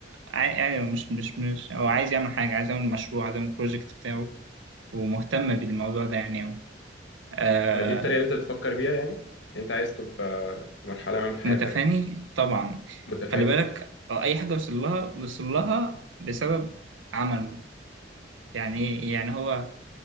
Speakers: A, on the right (about 80°); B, on the left (about 70°).
A: ع- يعني مش مش مش هو عايز يعمل حاجة عايز يعمل مشروع عايز يعمل بروجكت بتاعه ومهتم بالموضوع ده يعني أوي آه
B: آه، دي الطريقة اللي أنت بتفكر بيها يعني أنت عايز تبقى في مرحلة ما من حياتك
A: متفاني طبعا
B: متفاني
A: خلي بالك آه، أي حاجة وصل لها وصل لها بسبب عمله يعني ايه يعني هو